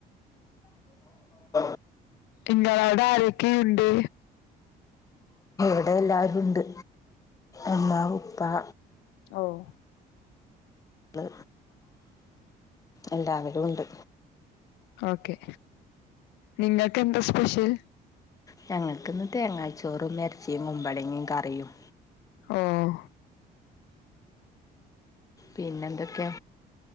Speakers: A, on the left (about 20°); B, on the left (about 90°).
A: <unintelligible> <unintelligible>
B: ഇങ്ങളോടെ ആരെക്കെയുണ്ട്
A: ഇവിടെ എല്ലാരുണ്ട് ഉമ്മാ ഉപ്പാ
B: ഓഹ്
A: ള് എല്ലാവരു ഉണ്ട്
B: ഓക്കെ നിങ്ങെക്കെന്താ സ്പെഷ്യെൽ
A: ഞങ്ങക്ക്ന്ന് തേങ്ങാച്ചോറും എറെച്ചിയും കുമ്പളങ്ങിം കറിയും
B: ഓഹ്
A: പിന്നെന്തൊക്കെ